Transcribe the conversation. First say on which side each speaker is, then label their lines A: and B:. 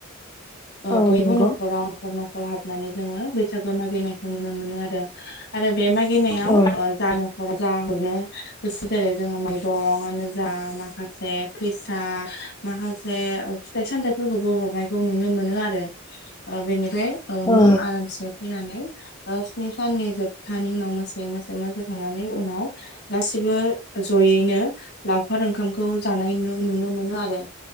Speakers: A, on the left; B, on the left.
A: औ
B: बयबो
A: नंगौ
B: न'खराव नखर न'खर हाबनानै जोङो बैसागो मागिनाय नुनो मोनो आरो आरो बे मागिनायाव
A: औ
B: जा न'खर जा हरनो गोसो जेरै जोङो मैरंआानो जा माखासे माखासे फैसा माखासे फथाइ सामथाइफोरखौबो हरनायखौ नुनो मोनो आरो। बेनिफ्राय आरामसे
A: औ
B: फैनानै स्नि साननि जोबथानि उनाव मोसानाय मो मोसायै मोसाखांनानै उनाव गासिबो जयैनो लावखार ओंखामखौ जानाय नुनो मोनो आरो।